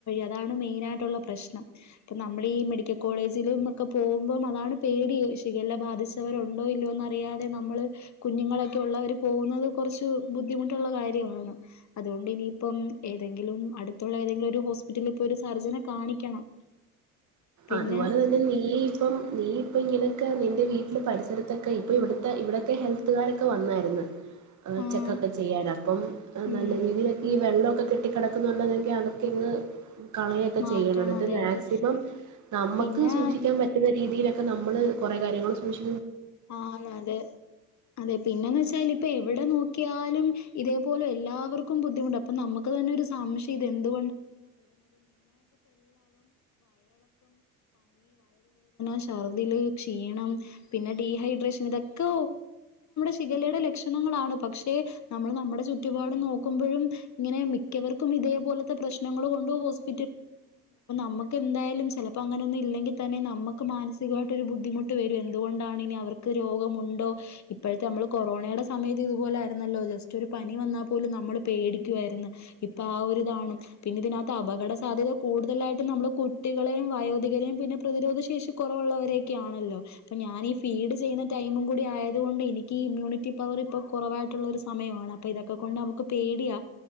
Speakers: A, on the left; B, on the right.
A: അതാണ് മെയിൻായിയിട്ടുള്ള പ്രശ്നം ഇപ്പ നമ്മള് ഈ മെഡിക്കകോളേജിലിന്ന് ഒക്കെ പോകുമ്പോൾ അതാണ് പേ ടി ഷികല്ല ബാധിച്ചവരുണ്ടോ ഇല്ലയോന്നറിയാതെ നമ്മള് കുഞ്ഞുങ്ങളൊക്കെ ഉള്ളവര് പോകുന്നത് കുറച്ച് ബുദ്ധിമുട്ടുള്ള കാര്യമാണ് അതുകൊണ്ട് ഇനിയിപ്പം ഏതെങ്കിലും അടുത്തുള്ള ഏതെങ്കിലു ഒരു ഹോ ഹോസ്പിറ്റലിൽ പോയി ഒരു സർജനെ കാണിക്കണം പിന്നെ
B: അതുപോലെ തന്നെ നീ ഇപ്പം നീ ഇപ്പ ഇങ്ങനെയൊക്കെ നിന്റെ വീട്ടിൽ <unintelligible> പരിസരത്തൊക്കെ ഇപ്പൊ ഇവിടത്തെ ഇവിടത്തെ ഹെൽത്തുകാരൊക്കെ വന്നായിരുന്നു
A: ആഹ്
B: ചെക്കൊക്കെ ചെയ്യാൻ അപ്പം
A: ഉം
B: നല്ല രീതിയിലൊക്കെ ഈ വെള്ളമൊക്കെ കി കട്ടിക്കിടക്കുന്നുണ്ടെങ്കിൽ അതൊക്കെ ഇങ്ങ് കളയൊക്കെ
A: മാറ്റണം
B: ചെയ്യണം എന്നിട്ട്
A: അതെ
B: മാക്സിമം
A: അതെ
B: നമുക്ക്
A: പിന്നെ
B: സൂക്ഷിക്കാൻ പറ്റുന്ന രീതിയിലൊക്കെ നമ്മള് കൊറെ കാര്യങ്ങൾ സൂക്ഷി
A: ആന്ന് അതെ അതെ പിന്നെന്ന് വെച്ചാല് ഇപ്പേ എവിടെ നോക്കിയാലും ഇതേപോലെ എല്ലാവർക്കും ബുദ്ധിമുട്ട് അപ്പൊ നമുക്ക് തന്നെ ഒരു സംശയം ഇതെന്തു <unintelligible> ചർദിൽ ക്ഷീണം പിന്നെ ഡീഹൈഡ്രേഷൻ ഇതൊക്കെ ഷിഗലയുടെ ലക്ഷണാണ് പക്ഷെ നമ്മൾ നമ്മുടെ ചുറ്റുപാട് നോക്കുമ്പോഴും ഇങ്ങനെ മിക്കവർക്കും ഇതേപോലത്തെ പ്രശ്നങ്ങൾ കൊണ്ട് ഹോസ്പ നമുക്ക് എന്തായാലും ചിലപ്പോ അങ്ങനൊന്നില്ലെങ്കിതന്നെ നമുക്ക് മാനസികമായിട്ട് ഒരു ബുദ്ധിമുട്ട വരും എന്തുകൊണ്ടാ ഇനിയവർക്ക് രോഗമുണ്ടോ ഇപ്പോഴത്തെ നമ്മൾ കൊറോണയുടെ സമയത്ത് ഇതുപോലെ ആരുന്നല്ലോ ജെസ്റ്റൊരു പനി വന്നാ ന്നപോലും നമ്മള് പേടിക്കുവായിരുന്നു ഇപ്പൊ ആഒരിതാണ് പിന്നെ ഇതിനകത്ത് അപകട സാധ്യത കൂടുതലായിട്ട് പ്പന്നമ്മള് കുട്ടികളേം വയോധികരെയും പിന്നെ പ്രതിരോധ ശേഷി കുറവുള്ളവരെയൊക്കെയാണല്ലോ പ്പഞാനി ഫീഡ് ചെയ്യുന്നടൈും കൂടി ആയാല അതുകൊണ്ട് എനിക്ക് ഇമ്യൂണിറ്റി പവർ ഇപ്പൊ കുറവായിട്ടുള്ള ഒരു സമയമാണ് അപ്പൊ ഇതൊക്കെ കൊണ്ട് നമുക്ക് പേടിയാ